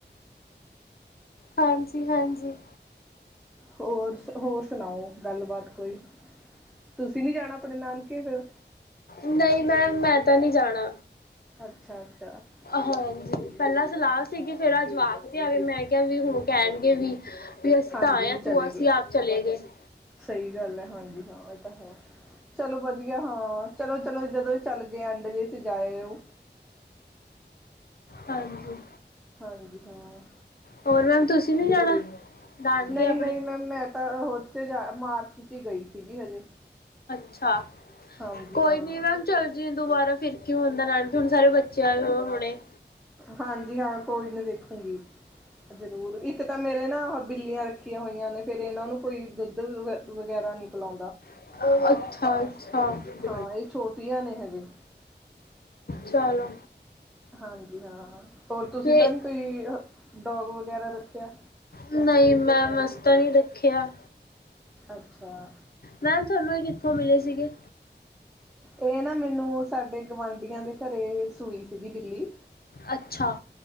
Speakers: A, on the left; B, in the centre.
A: ਹਾਂਜੀ-ਹਾਂਜੀ।
B: ਹੋਰ-ਹੋਰ, ਸੁਣਾਓ ਗੱਲਬਾਤ ਕੋਈ, ਤੁਸੀਂ ਨੀ ਜਾਣਾ ਆਪਣੇ ਨਾਨਕੇ ਫਿਰ
A: ਨਹੀਂ ਮੈਮ, ਮੈਂ ਤਾਂ ਨਹੀਂ ਜਾਣਾ।
B: ਅੱਛਾ-ਅੱਛਾ
A: ਹਾਂਜੀ,
B: ਠੀਕ
A: ਪਹਿਲਾਂ
B: ਹੈ ਠੀਕ
A: ਸਲਾਹ
B: ਹੈ
A: ਸੀਗੀ, ਫੇਰ ਆ ਜਵਾਕ ਵੇ ਮੈਂ ਕਿਹਾ ਵੀ ਹੁਣ ਕਹਿਣਗੇ, ਵੀ-ਵੀ ਅਸੀਂ
B: ਹਾਂਜੀ
A: ਤਾਂ ਆਏ ਆ,
B: ਚਲੇ
A: ਤੂੰ ਅਸੀਂ
B: ਗਏ
A: ਆਪ ਚਲੇ ਗਏ ਸੀ।
B: ਸਹੀ ਗੱਲ ਹੈ ਹਾਂਜੀ, ਹਾਂ ਇਹ ਤਾਂ ਹੈ। ਚਲੋ ਵਧੀਆ ਹਾਂ, ਚਲੋ-ਚਲੋ ਜਦੋਂ ਚੱਲ ਗਏ ਐਂਡ ਜ ਚ ਜਾਏਓ।
A: ਹਾਂਜੀ।
B: ਹਾਂ ਜੀ ਹਾਂ।
A: ਹੋਰ ਮੈਮ, ਤੁਸੀਂ ਨੀ ਜਾਣਾ? ਨਾਨਕੇ
B: ਨਹੀਂ-ਨਹੀਂ
A: ਆਪਣੇ
B: ਮੈਮ, ਮੈਂ ਤਾਂ ਉੱਥੇ ਜਾ ਮਾਰਚ ਚ ਹ ਗਈ ਸੀਗੀ ਹਜੇ।
A: ਅੱਛਾ,
B: ਹਾਂਜੀ
A: ਕੋਈ
B: ਹਾਂ
A: ਨੀ ਮੈਮ ਚੱਲ ਜਈਏ ਦੁਬਾਰਾ ਫਿਰ ਕਿਂ ਹੁੰਦਾ, ਨਾਨਕੇ ਹੁਣ ਸਾਰੇ ਬੱਚੇ ਆਏ ਹੋਏ ਹੋਣੇ
B: ਹਾਂਜੀ ਹਾਂ, ਕੋਈ ਨੀ ਦੇਖੂਗੀ। ਜ਼ਰੂਰ ਇੱਕ ਤਾਂ ਮੇਰੇ ਨਾ ਬਿੱਲੀਆਂ ਰੱਖੀਆਂ ਹੋਈਆਂ ਨੇ, ਫੇਰ ਇਹਨਾਂ ਨੂੰ ਕੋਈ ਦੁੱਧ ਵਗੈਰਾ ਨਹੀਂ ਪਿਲਾਉਂਦਾ।
A: ਅੱਛਾ-ਅੱਛਾ‌।
B: ਹਾਂ, ਇਹ ਛੋਟੀਆਂ ਨੇ ਹਜੇ
A: ਚਲੋ
B: ਹਾਂਜੀ ਹਾਂ ਹੋਰ ਤੁਸੀਂ
A: ਫੇ
B: ਤਾਂ ਨੀ ਕੋਈ ਡੋਗ ਵਗੈਰਾ ਰੱਖਿਆ?
A: ਨਹੀਂ ਮੈਂਮ ਅਸੀ ਤਾਂ ਨੀ ਰੱਖੇਆ।
B: ਅੱਛਾ
A: ਮੈਮ ਥੋਨੂੰ ਏ ਕਿੱਥੋਂ ਮੀਲੇ ਸੀਗੇ?
B: ਏ ਨਾ ਮੈਨੂੰ ਸਾਡੇ ਗੁਵਢੀਆਂ ਦੇ ਘਰੇ ਸੂਈ ਸੀਗੀ ਬਿੱਲੀ।
A: ਅੱਛਾ।